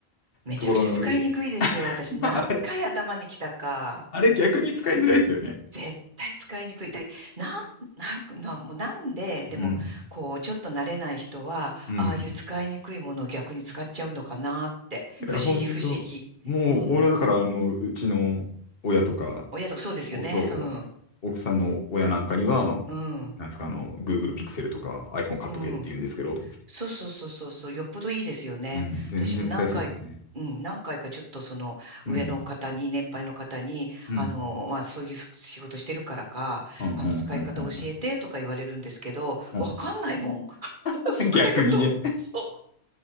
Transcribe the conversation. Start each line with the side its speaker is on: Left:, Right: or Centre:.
Right: めちゃくちゃ使いにくいですよ。
Left: ところの、<laughs>
Right: 私、何回頭に来たか。
Left: あれ、あれ逆に使いづらいですよね。
Right: 絶対使いにくい。で、なん、なんななもうなんで、でも、
Left: うん。
Right: こう、ちょっと慣れない人は、
Left: うん。
Right: ああいう使いにくいものを逆に使っちゃうのかなって。
Left: いや、
Right: 不思議、
Left: ほんと、
Right: 不思議。
Left: もう俺はだからあの、
Right: うん。
Left: うちの親とか、
Right: 親とかそうですよね。
Left: おそう、
Right: うん。
Left: 奥さんの親なんかには、
Right: うん。
Left: なんですか、あの、Google Pixel とか iPhone 買っとけって言うんですけど、
Right: うん。そうそうそうそうそう、よっぽどいいですよね。
Left: うん、全然使いやすいですからね。
Right: 私も何回、うん、何回かちょっとその上の方に、
Left: うん。
Right: 年配の方に、
Left: うん。
Right: あの、まあそういう仕事してるからか、
Left: うんうんうんうんうん
Right: あの、使い方教えてとか言われるんですけど、
Left: うん。
Right: わかんないもん。<laughs>
Left: <laughs>
Right: 使い方を、
Left: 逆にね。
Right: そう。